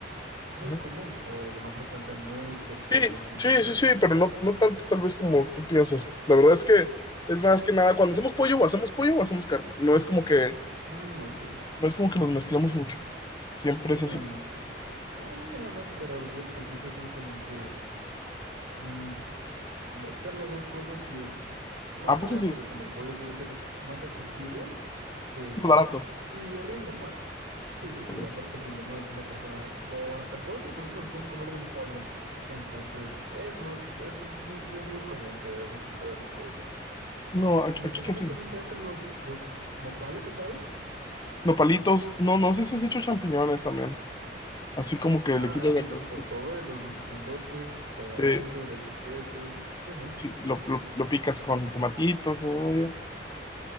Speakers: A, on the right; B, on the left.
A: muy
B: Ajá.
A: común o no frecuentan mucho el pollo
B: Sí,
A: en
B: sí,
A: sus carnes.
B: sí, sí, pero no, no tanto tal vez como tú piensas. La verdad es que es más que nada, cuando hacemos pollo o hacemos pollo o hacemos carne. No es como que,
A: Mm, ok.
B: no es como que los mezclamos mucho. Siempre
A: Sí,
B: es
A: no,
B: así.
A: no, no. Ah, mira nada más que raro. Fíjate que aquí sí es muy común que mm, están las dos cosas sí o sí. Más
B: ¿A
A: que
B: poco
A: nada
B: sí?
A: porque como el pollo suele ser más accesible, pues...
B: Muy barato.
A: Y rinde más. Sí, sí,
B: Sí.
A: sí, y aparte rinde más. Una persona o hasta cuatro personas pueden comer de un pollo. en- Entonces, es más, eso es muy, sí es muy común que veas aquí todo el pollo.
B: No, aquí,
A: Y me
B: aquí
A: comentas
B: casi.
A: también
B: no.
A: que hacen los, los nopales asados.
B: Nopalitos. No, no sé si has hecho champiñones también. Así como que
A: Ah,
B: le quitas
A: sí,
B: la
A: los
B: cabeza.
A: portobelos, los grandotes, lo de
B: Sí,
A: adentro, le echas queso. Sí, ¿no?
B: sí, lo, lo- lo picas con tomatitos, cebolla.